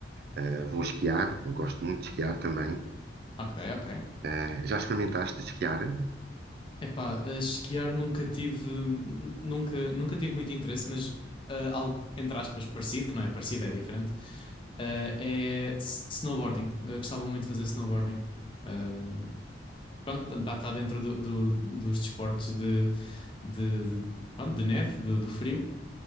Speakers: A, on the right; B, on the left.
A: eh, vou esquiar, eu gosto muito de esquiar também.
B: ok, ok.
A: Eh, já experimentaste esquiar?
B: Epá, eh, esquiar nunca tive, n- nunca, nunca tive muito interesse, mas eh, algo, entre aspas, parecido, que não é parecido, é diferente, eh, é s- snowboarding. Eu gostava muito de fazer snowboarding. Ah, Pronto, está tá dentro do, do- dos desportos de, de, de- pronto, de neve, do, do frio.